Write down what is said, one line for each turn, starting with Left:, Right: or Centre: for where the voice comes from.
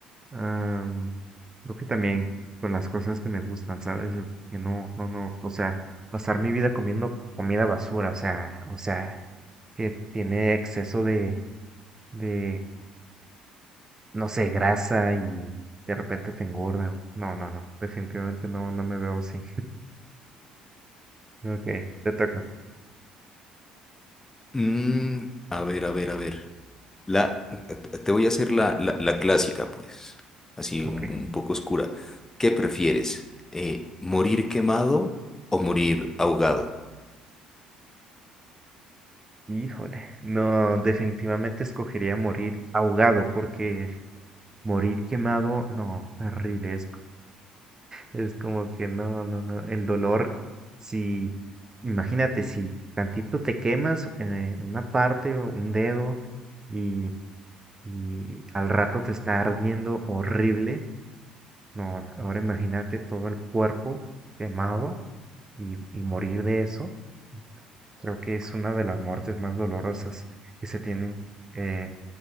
Right: Am, creo que también con las cosas que me gustan, ¿sabes? O Que no, no, no, o sea, pasar mi vida comiendo comida basura, o sea, o sea, que tiene exceso de, de, no sé, grasa y de repente te engorda. No, no, no, definitivamente no, no me veo así. Ok, te toca.
Left: Mm, a ver, a ver, a ver. La, te te voy a hacer la, la, la clásica, pues. Así un,
Right: Ok.
Left: un poco oscura. ¿Qué prefieres? Eh, ¿morir quemado o morir ahogado?
Right: Híjole, no, definitivamente escogería morir ahogado porque morir quemado, no, terrible, es Es como que no, no, no. El dolor, si, imagínate, si tantito te quemas eh, una parte o un dedo y, y al rato te está ardiendo horrible. No, ahora imagínate todo el cuerpo quemado y, y morir de eso. Creo que es una de las muertes más dolorosas que se tienen eh,